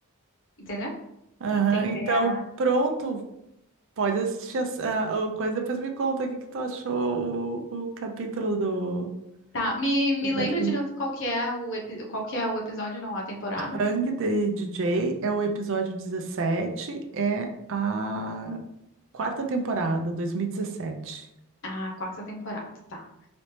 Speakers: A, on the left; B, on the right.
A: Entendeu?
B: Aham.
A: Entender
B: Então,
A: a.
B: pronto, pode assistir essa a coisa, depois me conta o que que tu achou o, o capítulo do
A: Tá, me, me
B: do Black
A: lembra
B: Mirror.
A: de novo qual que é o, epi- qual que é o episódio, não, a temporada?
B: Hang the DJ é o episódio dezessete é a quarta temporada, 2017.
A: Ah, a quarta temporada, tá.